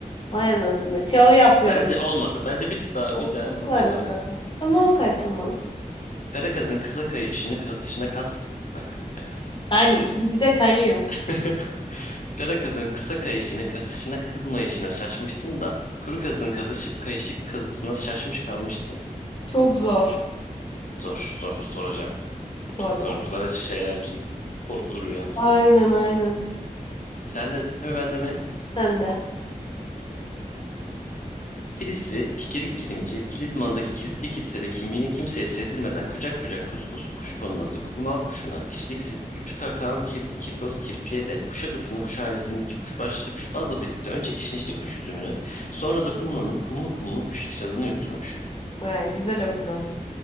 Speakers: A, on the left; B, on the left.
A: vay anasını. Şov yapıyorum.
B: Bence olmadı. Bence bir tık daha,
A: Oldu
B: bir daha okuyana
A: bu arada.
B: öyle.
A: Ama o kadar tamam.
B: Kara kızın kıza kayışını, kazışına, kaz... Bak, evet.
A: Yani ikinci de kayıyor.
B: <laughs> Kara kazın kısa kayışını kasışına kızmayışına şaşmışsın da kuru kazın kazışıp kayışık kazısına şaşmış kalmışsın.
A: Çok zor.
B: Zor, zor, zor hocam. Bu
A: Zor
B: bir tık zormuş.
A: be.
B: Zaten şeyler bizim korkulu rüyamız.
A: Aynen aynen.
B: Sen de mi ben de mi?
A: Sen de.
B: Kilisli, kikirik kilimci, Kilizman'daki kilitli kilisede kimliğini kimseye sezdirmeden kucak kucak kuskuslu kuş konması kukumav kuşuna, kişiliksiz kuş kakağın kirli kirloz kirpiye de Kuşadası'nın kuşhanesindeki kuşbaşlı kuşbazla birlikte önce kişnişli kuş üzümünü, sonra da kumlanın kumlu kumlu kuş kirazını yutturmuş.
A: Vay, güzel okudun.